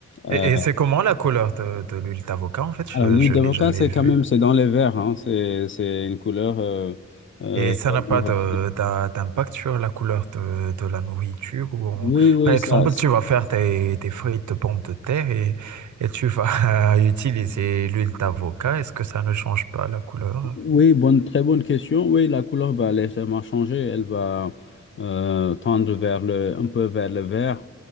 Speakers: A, on the left; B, on the right.
A: Euh,
B: et et c'est comment la couleur de, de l'huile d'avocat en fait? Je,
A: alors, l'huile
B: je
A: d'avocat,
B: l'ai jamais
A: c'est
B: vue.
A: quand même, c'est dans les verts, hein, c'est, c'est une couleur. euh, euh,
B: Et ça n'a pas
A: bon,
B: de, d'a- d'impact sur la couleur de, de la nourriture ou on-
A: oui, oui,
B: Par exemple,
A: ça,
B: tu vas faire tes, tes frites de pommes de terre et, et tu vas <laughs> utiliser l'huile d'avocat. Est-ce que ça ne change pas la couleur?
A: Oui, bonne, très bonne question. Oui, la couleur va légèrement changer. Elle va euh, tendre vers le, un peu vers le vert.